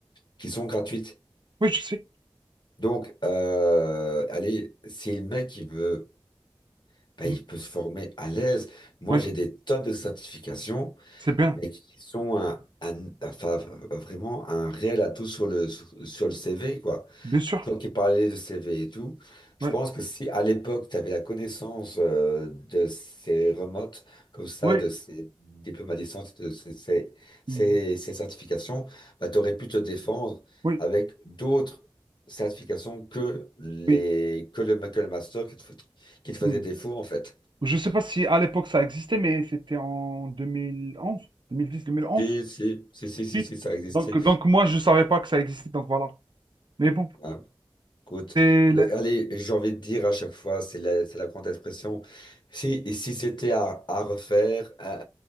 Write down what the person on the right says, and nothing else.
Oui, je sais.
Mhm.
Oui,
c'est bien.
Bien sûr.
Oui,
oui,
Mhm.
oui,
oui.
Mhm.
Je sais pas si à l'époque ça existait, mais c'était en deux deux mille mille onze, deux mille dix, deux mille onze.
Si.
Donc, donc moi, je savais pas que ça existait, donc voilà. Mais bon,
c'est